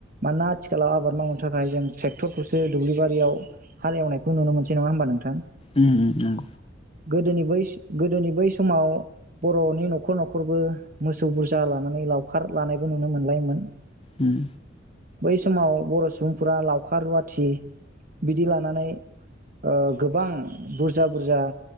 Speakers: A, on the right; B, on the left.
A: मानोना आथिखालाव आबाद मावनो थाखाय जों ट्रेक्टरखौसो दुब्लिबारियाव हाल एवनायखौ नुनो मोनसै नङा होमबा नोंथां
B: ओम ओम नंगौ
A: गोदोनि बैस गोदोनि बै समाव बर'नि न'खर न'खरबो मोसौ बुरजा लानानै लावखार लानायबो नुनो मोनलायोमोन
B: ओम
A: बै समाव बर' सुबुंफोरा लावखार रुवाथि बिदि लानानै ओ गोबां बुरजा बुरजा